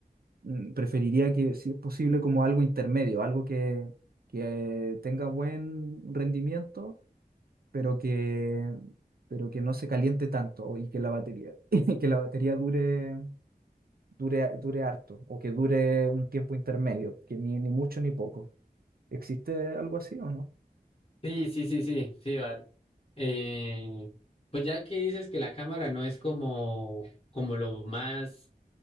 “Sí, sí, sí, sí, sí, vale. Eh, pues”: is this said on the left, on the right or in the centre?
Left